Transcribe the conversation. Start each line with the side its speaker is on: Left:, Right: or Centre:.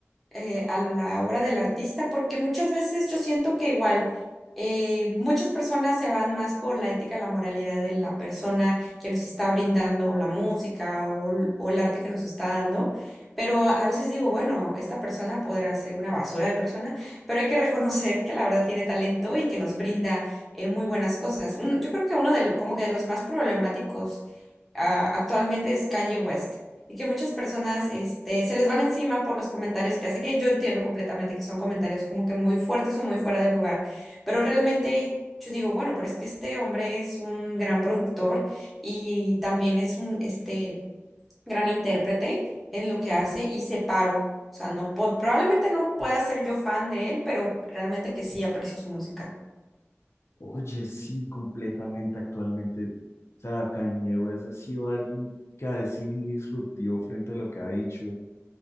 Centre: eh, a la obra del artista, porque muchas veces yo siento que igual eh, muchas personas se van más por la ética, la moralidad de la persona que nos está brindando la música o, l- o el arte que nos está dando. Pero a a veces digo, bueno, esta persona podrá ser una basura de persona, pero hay que reconocer que la verdad tiene talento y que nos brinda eh, muy buenas cosas. Un- yo creo que uno del, como que de los más problemáticos ah, actualmente es Kanye West. Y que muchas personas, este, se les van encima por los comentarios que hace, que yo entiendo completamente que son comentarios como que muy fuertes o muy fuera de lugar, pero realmente yo digo, bueno, pero es que este hombre es un gran productor y también es un, este, gran intérprete en lo que hace y separo. O sea, no, po- probablemente no pueda ser yo fan de él, pero realmente que sí aprecio su música.
Left: Oye, sí, completamente actualmente. O sea, Kanye West ha sido alguien que ha sido muy disruptivo frente a lo que ha dicho